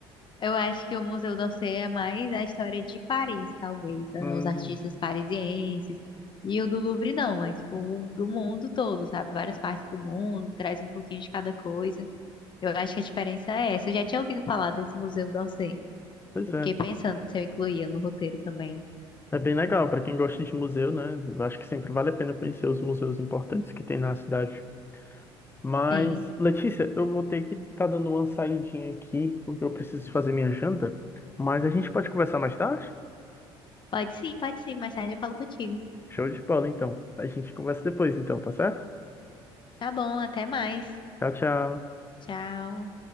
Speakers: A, on the left (about 40°); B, on the left (about 20°).
A: eu acho que o Museu d'Orsay é mais a história de Paris, talvez, né?
B: Hum,
A: Os artistas parisienses. E o do Louvre não, é tipo o do mundo todo, sabe? Várias partes do mundo, traz um pouquinho de cada coisa. Eu acho que a diferença é essa. Eu já tinha ouvido falar desse Museu d'Orsay.
B: pois
A: Eu
B: é.
A: fiquei pensando se eu incluía no roteiro também.
B: É bem legal para quem gosta de museu, né? Eu acho que sempre vale a pena conhecer os museus importantes que tem na cidade. Mas,
A: Sim.
B: Letícia, eu vou ter que estar dando uma saidinha aqui, porque eu preciso fazer minha janta. Mas a gente pode conversar mais tarde?
A: Pode sim, pode sim. Mais tarde eu falo contigo.
B: Show de bola, então. A gente conversa depois, então, tá certo?
A: Tá bom, até mais.
B: Tchau, tchau.
A: Tchau.